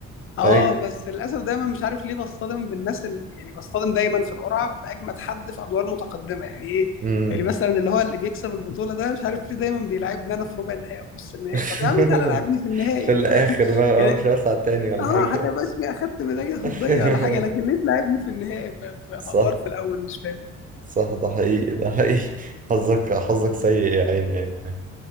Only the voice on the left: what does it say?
اه
بس للأسف دايما مش عارف ليه بصطدم بالناس ال... يعني بصطدم دايما في القرعة بأجمد حد في أدوار متقدمة يعني إيه
يعني مثلا اللي هو اللي بيكسب البطولة ده مش عارف ليه دايما بيلعبني أنا في ربع النهائي أو نص النهائي
طب يا عم تعالى لعبني في النهائي
<laughs> ف...
يعني
اه
حتى بس أخدت ميدالية فضية
ولا حاجة لكن ليه تلعبني في النهائي في, في...
في أدوار في الأول مش فاهم